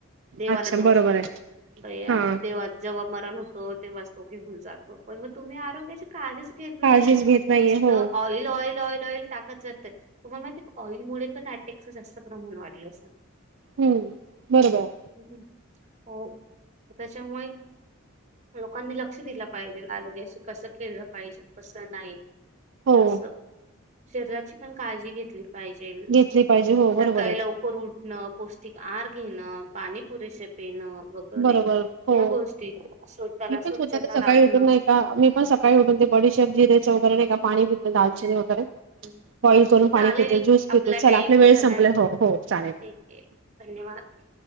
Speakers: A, on the right; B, on the right.
A: देवाला
B: अच्छा
A: दोष
B: बरोबर
A: देतो
B: आहे
A: आपल्या
B: हा
A: देवा जेव्हा मरण होतो तेव्हा तो घेऊन जातो पण मग तुम्ही आरोग्याचे काळेच त नाही
B: काळजीच घेत नाहीये
A: नुसत
B: हो
A: ऑइल ऑइल ऑइल ऑइल टाकत जातय त्हा माहि ऑइल मु पण अटेक्च जास्त प्रमाण वाढलं
B: हम्म बरोबर
A: हम् हम हो त्याच्यामुळे लोकांनी लक्ष दिलं पाहिजे आरोग्याशी कसं खेळलं पाहिजे कसं नाही
B: हो
A: तस शरीराची पण काळजी घेतली पाहिजे
B: घेतली पाहिजे हो बरोबर
A: सकाळी
B: आहे.
A: उठण पौष्टिक आआर घेण पाणी पुरेसे पेण व वेगेरे
B: बरोबर हो.
A: या गोष्टी स्वतःला
B: मी
A: स्वच्छता
B: पण स्वतः ते सकाळी
A: राखण
B: उठून नाही का मी पण सकाळी उठून ते बडीशेप जिरेच वगैरे नाही का पाणी दालचिनी
A: हम
B: वगैरे
A: हम
B: बॉईल करून
A: चालेल
B: पाणी पिते ज्यूस
A: आपला
B: पिते चला
A: टाईम
B: वेळ
A: झालाय
B: संपलाय हो
A: ठीक
B: हो चालेल.
A: ये धन्यवाद.